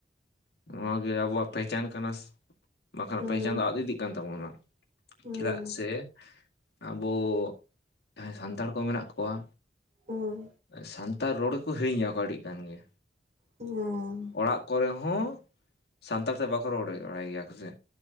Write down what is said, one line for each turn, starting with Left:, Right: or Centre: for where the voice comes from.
Left: ᱱᱚᱣᱟ ᱜᱮ ᱟᱵᱚᱣᱟᱜ ᱯᱮᱭᱪᱟᱱ ᱠᱟᱱᱟ ᱵᱟᱠᱷᱟᱱ
Right: ᱦᱩᱸ ᱦᱩᱸ
Left: ᱯᱮᱭᱪᱟᱱ ᱫᱚ ᱟᱫ ᱤᱫᱤ ᱠᱟᱱ ᱛᱟᱵᱚᱱᱟ
Right: ᱦᱩᱸ
Left: ᱪᱮᱫᱟᱜ ᱥᱮ ᱟᱵᱚ ᱡᱟᱦᱟᱸᱭ ᱥᱟᱱᱛᱟᱲ ᱠᱚ ᱢᱮᱱᱟᱜ ᱠᱚᱣᱟ
Right: ᱦᱩᱸ
Left: ᱥᱟᱱᱛᱟᱲ ᱨᱚᱲ ᱜᱮᱠᱚ ᱦᱤᱲᱤᱧ ᱟᱠᱚ ᱟᱹᱰᱤ ᱜᱟᱱ ᱜᱮ
Right: ᱦᱮᱸ
Left: ᱚᱲᱟᱜ ᱠᱚᱨᱮ ᱦᱚᱸ ᱥᱟᱱᱛᱟᱲ ᱛᱮ ᱵᱟᱠᱚ ᱨᱚᱲ ᱵᱟᱲᱟᱭ ᱜᱮᱭᱟ ᱠᱚ ᱥᱮ